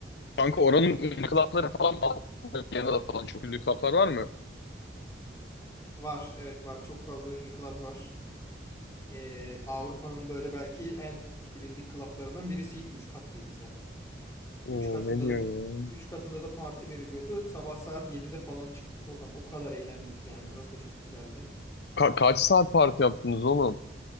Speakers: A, on the left; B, on the left.
A: Kanka oranın ünlü club'ları falan var mı? Viyana'da falan çok ünlü club'lar var mı?
B: Var. Evet var. Çok fazla ünlü klab var. Ee, Avrupa'nın böyle belki en bilindik klaplarından birisiydi. Üç katlıydı zaten.
A: Oo
B: Üç katında
A: ne diyorsun
B: da
A: ya?
B: üç katında da parti veriliyordu. Sabah saat 7'de falan çıktık oradan. O kadar eğlendik yani. Orası da çok güzeldi.
A: Ka- kaç saat parti yaptınız oğlum?